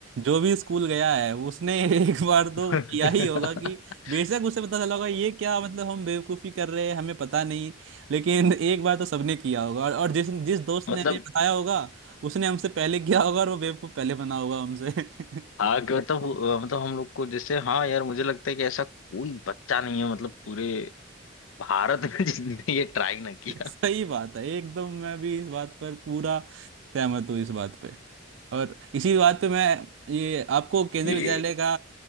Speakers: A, on the right; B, on the left.
A: जो भी स्कूल गया है उसने <laughs> एक बार
B: <laughs>
A: तो किया ही होगा कि बेशक उसे पता चला होगा ये क्या मतलब हम बेवकूफ़ी कर रहे हैं हमें पता नहीं लेकिन एक बार तो सबने किया होगा और, और जिस जिस दोस्त
B: मतलब
A: ने हमें बताया होगा उसने हमसे पहले किया होगा और वो बेवकूफ़ पहले बना होगा हमसे <laughs>
B: हाँ कि मतलब मतलब हम लोग को जैसे हाँ यार मुझे लगता है कि ऐसा कोई बच्चा नहीं है मतलब पूरे भारत में जिसने ये ट्राई ना किया
A: सही बात है एकदम मैं भी इस बात पर पूरा सहमत हूँ इस बात पे। और इसी बात पे मैं ये आपको केंद्रीय
B: ये
A: विद्यालय का